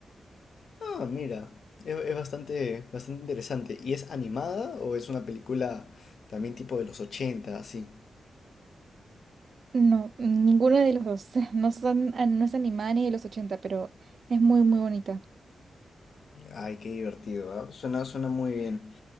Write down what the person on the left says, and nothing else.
Ah, mira, es, es bastante, bastante interesante. ¿Y es animada o es una película también tipo de los ochenta? así?
Ay, qué divertido, ¿ah? Suena, suena muy bien.